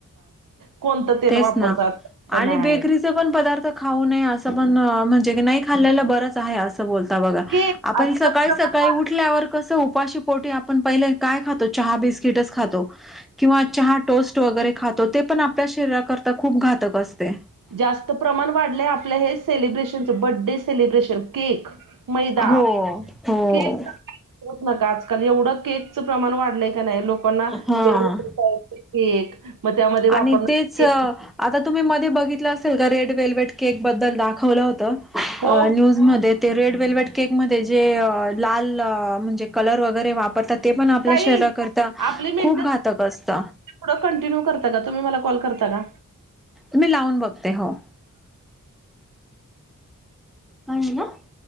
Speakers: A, on the right; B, in the centre.
A: कोणतं तेल
B: तेच
A: वापरतात
B: ना आणि
A: नाही.
B: बेकरीचे पण पदार्थ खाऊ नये असं पण म्हणजे क नाही खल्लं बरच आहे, अस. बोलता बागा
A: केक
B: आपण
A: आजकाल
B: सकाळी.
A: प्रमाण
B: सकाळी उठल्यावर कसं उपाशी पोटी आपण पहिले काय खातो चहा बिस्किटच खातो. किंवा चहा टोस्ट वगैरे खातो ते पण आपल्या शरीराकरता खूप घातक असते.
A: जास्त प्रमाण वाढलंय आपल्या हे सेलिब्रेशनच बर्डे सेलिब्रेशन केक मैदा
B: हो हो
A: के हो नका आजकाल एवढं केक चं प्रमाण वाढलंय का नाही लोकांना
B: हा
A: केक. मग त्यामध्ये वापरणार
B: आणि तेच आता
A: केक.
B: तुम्ही मध्ये बघितलं असेल का, रेड वेल्वेट केक बद्दल दाखवलं होतं.
A: हो
B: अ न्यूजमध्ये ते रेड वेल्वेट केक मध्ये जे लाल म्हणजे कलर वगैरे वापर आता ते पण आपल्या
A: ताई
B: शरीराकरता
A: आपली मिनटं
B: खूप घातक असत.
A: पुढं कंटिन्यू करता का तुम्ही मला कॉल करता का
B: मी लावून बघते हो. <inaudible>